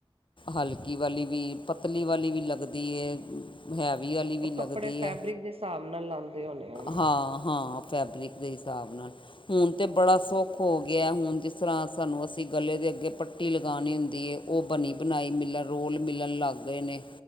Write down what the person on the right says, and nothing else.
ਉਹ
ਕੱਪੜੇ ਫੈਬਰਿਕ
ਦੇ ਹਿਸਾਬ ਨਾਲ ਲਾਂਦੇ ਹੋਣੇ ਹੋ ਨਾ